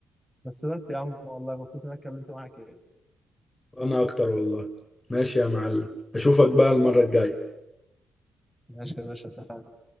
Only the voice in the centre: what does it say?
بس بس يا عم والله مبسوط اني اتكلمت معاك يعني
ماشي يا باشا اتفقنا